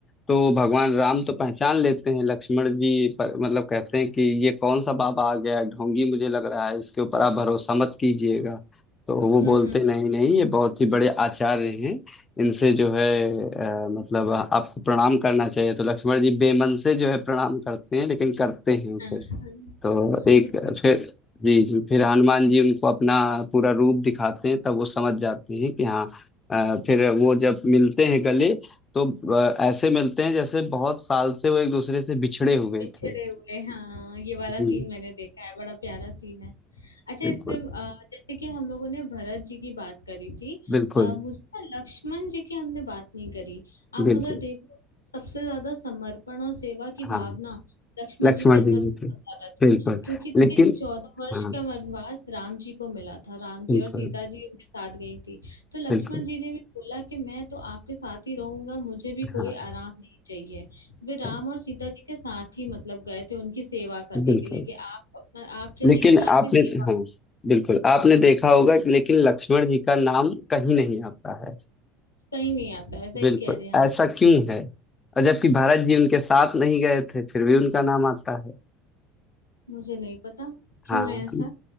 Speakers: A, on the left; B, on the left.
A: तो भगवान राम तो पहचान लेते हैं लक्ष्मण जी पर मतलब कहते हैं कि ये कौन सा बाबा आ गया है? ढोंगी मुझे लग रहा है इसके ऊपर आप भरोसा मत कीजिएगा तो वो
B: हम्म,
A: बोलते
B: हम्म।
A: नहीं नहीं ये बहुत ही बड़े आचार्य हैं इनसे जो है अ, मतलब आपको प्रणाम करना चाहिए तो लक्ष्मण जी बेमन से जो है प्रणाम करते हैं लेकिन करते हैं
B: हाँ, हाँ,
A: तो
B: हाँ।
A: एक
B: जी
A: फिर जी जी फिर हनुमान जी उनको अपना पूरा रूप दिखाते हैं तब वो समझ जाते हैं कि हाँ अ, फिर वो जब मिलते हैं गले तो अ, ऐसे मिलते हैं जैसे बहुत साल से वो एक दूसरे से बिछड़े हुए
B: पिछड़े
A: थे
B: हुए हाँ ये वाला
A: जी
B: सीन मैंने देखा है बड़ा प्यारा सीन है अच्छा
A: बिल्कुल
B: इससे अ, जैसे कि हम लोगों ने भरत जी की बात करी थी
A: बिल्कुल
B: आ, मुझे ना लक्ष्मण जी की हमने बात नहीं करी आप
A: बिल्कुल
B: अगर देखो सबसे ज्यादा समर्पण और सेवा की
A: हाँ
B: भावना लक्ष्मण
A: लक्ष्मण
B: जी के अंदर
A: जी जी
B: बहुत
A: थे
B: ज्यादा थी
A: बिल्कुल
B: क्योंकि
A: लेकिन
B: चौदह वर्ष
A: हाँ
B: का वनवास राम जी को मिला था राम जी
A: बिल्कुल
B: और सीता जी उनके साथ गई थी तो लक्ष्मण
A: बिल्कुल
B: जी ने भी बोला कि मैं तो आपके साथ ही रहूंगा मुझे भी
A: हाँ
B: कोई आराम नहीं चाहिए वे
A: हाँ
B: राम और सीता जी के साथ ही मतलब गए थे उनकी सेवा करने
A: बिल्कुल
B: के लिए कि आप अपना आप चलिएगा
A: लेकिन
B: मैं आपकी
A: आपने
B: सेवा
A: हाँ बिल्कुल आपने देखा होगा कि लेकिन लक्ष्मण जी का नाम कहीं नहीं आता है
B: कहीं नहीं आता ऐसा
A: बिल्कुल
B: ही कह रहे हैं आप
A: ऐसा क्यों है और जबकि भारत जी उनके साथ नहीं गए थे फिर भी उनका नाम आता है
B: मुझे नहीं पता क्यों
A: हाँ
B: है ऐसा